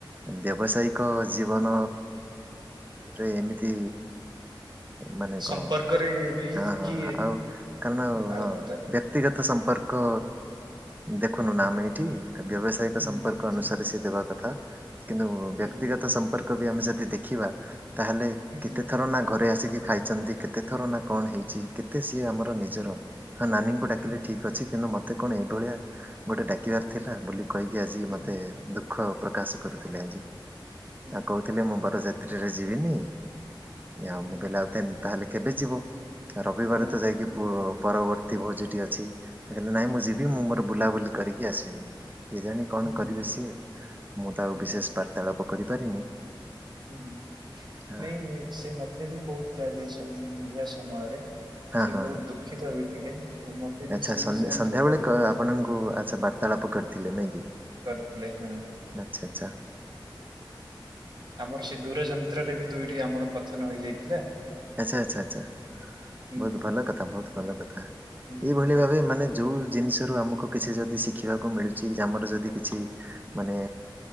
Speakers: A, on the right (about 20°); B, on the right (about 60°).
A: ବ୍ୟବସାୟିକ ଜୀବନ ରେ ଏମିତି ମାନେ
B: ସମ୍ପର୍କରେ
A: କଣ ହବ
B: ବି
A: ହଁ
B: କି
A: ହଁ ଆଉ କାରଣ
B: ଆଳପତା
A: ହଁ ବ୍ୟକ୍ତିଗତ ସମ୍ ସମ୍ପର୍କ ଦେଖୁନୁ ନା ଆମେ ଏଇଠି ତ ବ୍ୟବସାୟିକ
B: ହୁଁ
A: ସମ୍ପର୍କ
B: ହୁଁ
A: ଅନୁସାରେ ସିଏ ଦେବା କଥା କିନ୍ତୁ
B: ହୁଁ
A: ବ୍ୟକ୍ତିଗତ ସମ୍ପର୍କ ବି ଆମେ ଯଦି ଦେଖିବା ତାହେଲେ
B: ହୁଁ
A: କେତେ
B: ହୁଁ
A: ଥର ନା ଘରେ ଆସିକି? ଖାଇଛନ୍ତି କେତେ ଥର ନା କଣ ହେଇଛି କେତେ ସିଏ ଆମର ନିଜର ହଁ ନାନୀଙ୍କୁ ଡାକିଲେ
B: ହୁଁ
A: ଠିକ୍ ଅଛି କିନ୍ତୁ ମୋତେ କଣ ଏଇଭଳିଆ ଗୋଟେ ଡାକିବାର ଥିଲା ବୋଲି କହିକି ଆଜି
B: ହୁଁ
A: ମତେ
B: ହୁଁ
A: ଦୁଃଖ ପ୍ରକାଶ କରୁଥିଲେ ଆଜି।
B: ହୁଁ ହୁଁ
A: ଆଉ କହୁଥିଲି ମୁଁ ବାରଯାତ୍ରୀରେ ଯିବିନି। ଉ
B: ହୁଁ
A: ମୁଁ
B: ହୁଁ
A: କହିଲି ଆଉ ତାହେଲେ କେବେ ଯିବ ରବିବାର
B: ହୁଁ
A: ତ ଯାଇକି ପ ପରବର୍ତ୍ତୀ ଭୋଜିଟି ଅଛି ତା କହିଲେ ନାଇଁ ମୁଁ ଯିବି
B: ହୁଁ ହୁଁ
A: ମୁଁ ମୋର ବୁଲାବୁଲି କରିକି ଆସିବି। କିଏ ଜାଣି କଣ
B: ହୁଁ
A: କରିବେ ସିଏ ମୁଁ ତ ଆଉ
B: ହୁଁ
A: ବିଶେଷ
B: ହୁଁ
A: ବାର୍ତ୍ତାଳାପ କରିପାରିନି।
B: ହୁଁ
A: ହଁ
B: ନାଇଁ ସେ ମତେ ବି କହୁଥିଲା ଆଜି ସନ୍ଧ୍ୟା ସମୟରେ।
A: ହଁ
B: ସେ
A: ହଁ
B: ବହୁତ
A: ହଁ।
B: ଦୁଃଖିତ ବି ଥିଲେ। ମତେ ବି
A: ଆଚ୍ଛା
B: ସେଇ
A: ସ-ସନ୍ଧ୍ୟା
B: ସେମ କଥାଟି
A: ବେଳେ କ
B: କହୁଥିଲେ
A: ଆପଣଙ୍କୁ ଆଚ୍ଛା ବାର୍ତ୍ତାଳାପ କରିଥିଲେ ନାଇଁ କି?
B: କରିଥିଲେ ହଁ
A: ଆଚ୍ଛା ଆଚ୍ଛା
B: ଆମର ଦୂର ଯନ୍ତ୍ରରେ ବି ଦୁଇଟି ଆମର ପଥନ ହେଇଯାଇଥିଲା।
A: ଆଚ୍ଛା ଆଚ୍ଛା ଆଚ୍ଛା
B: ହୁଁ
A: ବହୁତ
B: ହୁଁ
A: ଭଲ କଥା ବହୁତ ଭଲ କଥା
B: ହୁଁ
A: ଏଇଭଳି ଭାବେ ମାନେ ଯଉ ଜିନିଷରୁ ଆମକୁ କିଛି ଯଦି ଶିଖିବାକୁ ମିଳୁଛି ଯା ଆମର ଯଦି କିଛି ମାନେ